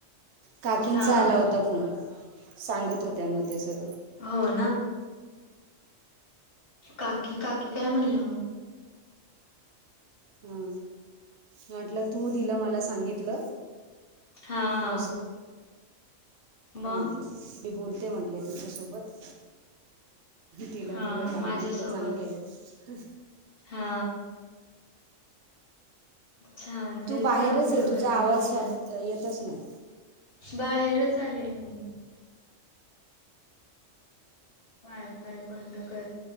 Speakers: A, on the right (about 60°); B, on the left (about 45°).
A: काकीनचा
B: हा
A: आला होता फोन. सांगत होत्या म ते सगळं
B: हो ना काकी काकी काय म्हणल्या म?
A: हा म्हटलं तू दिलं मला सांगीतल
B: हा हा
A: प्रो
B: मग
A: म्हटल्या मी बोलते म्हटले तिच्यासोबत. तिला
B: हा
A: दिलं
B: हा
A: काम
B: माझ्यासोबत
A: म्हटलं चांगलं हे.
B: हा छान
A: तू
B: तेच
A: बाहेरच
B: ना आपलं
A: आहे तुझा
B: घर
A: आवाज
B: बसल्या
A: स्वात येतच नाही
B: बाहेरच आले मी वाय-फाय बंद कर.